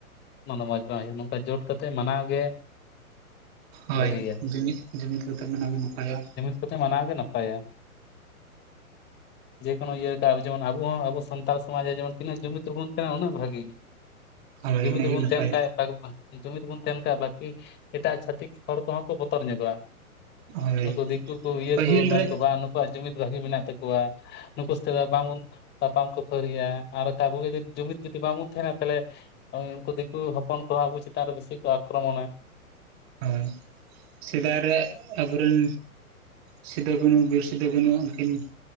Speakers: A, on the left; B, on the right.
A: ᱚᱱᱟ ᱫᱚ ᱢᱚᱸᱡᱽ ᱵᱟᱝ ᱦᱩᱭᱩᱜᱼᱟ ᱱᱚᱝᱠᱟ ᱡᱳᱴ ᱠᱟᱛᱮᱫ ᱢᱟᱱᱟᱣ ᱜᱮ
B: ᱦᱳᱭ
A: ᱵᱷᱟᱜᱮ ᱜᱮᱭᱟ
B: ᱡᱩᱢᱤᱫ ᱡᱩᱢᱤᱫ ᱠᱟᱛᱮ ᱢᱟᱱᱟᱣ ᱜᱮ ᱱᱟᱯᱟᱭᱚᱜᱼᱟ᱾
A: <unintelligible> ᱢᱟᱱᱟᱣ ᱜᱮ ᱱᱟᱯᱟᱭᱟ ᱡᱮᱠᱳᱱᱳ ᱤᱭᱟᱹ ᱡᱮᱢᱚᱱ ᱟᱵᱚ ᱦᱚᱸ ᱟᱵᱚ ᱥᱟᱱᱛᱟᱲ ᱥᱚᱢᱟᱡ ᱨᱮ ᱡᱮ ᱛᱤᱱᱟᱹᱜ ᱡᱩᱢᱤᱫ ᱨᱮᱵᱚᱱ ᱛᱟᱦᱮᱱᱟ ᱩᱱᱟᱹᱜ ᱵᱷᱟᱜᱤ
B: ᱦᱳᱭ
A: ᱡᱩᱢᱤᱫ
B: ᱤᱱᱟᱹᱜᱮ
A: ᱨᱮᱵᱚᱱ
B: ᱱᱟᱯᱟᱭ
A: ᱛᱟᱦᱮᱱ ᱠᱷᱟᱡ ᱡᱩᱢᱤᱫ ᱵᱚᱱ ᱛᱟᱦᱮᱱ ᱠᱷᱟᱱ ᱵᱟᱹᱠᱤ ᱮᱴᱟᱜ ᱪᱷᱟᱛᱤᱠ ᱦᱚᱲ ᱠᱚᱦᱚᱸ ᱠᱚ ᱵᱚᱛᱚᱨ ᱧᱚᱜᱚᱜᱼᱟ
B: ᱦᱳᱭ
A: ᱱᱩᱠᱩ ᱫᱤᱠᱩ ᱠᱩ ᱤᱭᱟᱹ
B: ᱯᱟᱹᱦᱤᱞ
A: ᱠᱚ ᱢᱮᱱ
B: ᱨᱮ
A: ᱠᱚ ᱱᱩᱠᱩᱣᱟᱜ ᱡᱩᱢᱤᱫ ᱵᱷᱟᱹᱜᱤ ᱢᱮᱱᱟᱜ ᱛᱟᱠᱚᱣᱟ ᱱᱩᱠᱩ ᱥᱟᱛᱮ ᱫᱚ ᱵᱟᱝᱵᱚᱱ ᱛᱟᱯᱟᱢ ᱠᱚ ᱠᱟᱯᱷᱟᱹᱨᱤᱜᱼᱟ ᱟᱨ ᱟᱵᱩᱜᱮ ᱡᱩᱢᱤᱫ ᱡᱩᱫᱤ ᱵᱟᱝᱵᱚ ᱛᱟᱦᱮᱱᱟ ᱛᱟᱦᱮᱞᱮ ᱩᱱᱠᱩ ᱫᱤᱠᱩ ᱦᱚᱯᱚᱱ ᱠᱚ ᱟᱵᱚ ᱪᱮᱛᱟᱱ ᱨᱮ ᱵᱮᱥᱤ ᱠᱚ ᱟ ᱟᱠᱨᱚᱢᱚᱱ
B: ᱦᱳᱭ ᱥᱮᱫᱟᱭ ᱨᱮ ᱟᱵᱚᱨᱮᱱ ᱥᱤᱫᱩ ᱠᱟᱹᱱᱩ ᱵᱤᱨ ᱥᱤᱫᱩ ᱠᱟᱹᱱᱩ ᱩᱱᱠᱤᱱ